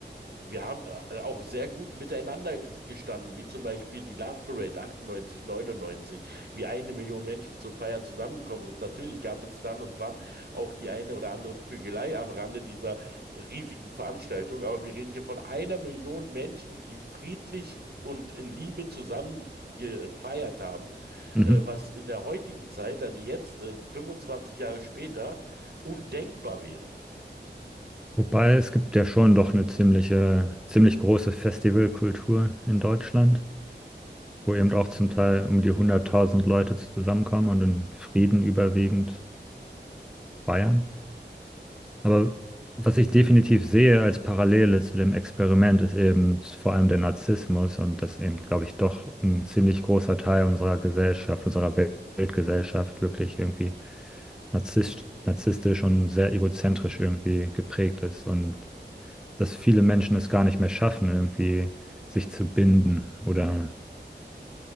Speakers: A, on the right; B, in the centre.
A: Wir haben äh, auch sehr gut miteinander äh, gestanden, wie zum Beispiel die Love Parade 98, 99, wie eine Million Menschen zum Feiern zusammengekommen sind. Natürlich gab es dann und wann auch die eine oder andere Prügelei am Rande dieser riesigen Veranstaltung, aber wir reden hier von einer Million Menschen, die friedlich und in Liebe zusammen gefeiert haben,
B: Mhm.
A: äh, was in der heutigen Zeit, also jetzt, äh, 25 Jahre später, undenkbar wäre.
B: Wobei es gibt ja schon doch eine ziemliche, ziemlich große Festivalkultur in Deutschland, wo eben auch zum Teil um die hunderttausend Leute zusammenkommen und in Frieden überwiegend feiern. Aber was ich definitiv sehe als Parallele zu dem Experiment ist eben vor allem der Narzissmus und das eben, glaube ich, doch ein ziemlich großer Teil unserer Gesellschaft, unserer Wel- Weltgesellschaft wirklich irgendwie narzisst, narzisstisch und sehr egozentrisch irgendwie geprägt ist und dass viele Menschen es gar nicht mehr schaffen, irgendwie sich zu binden oder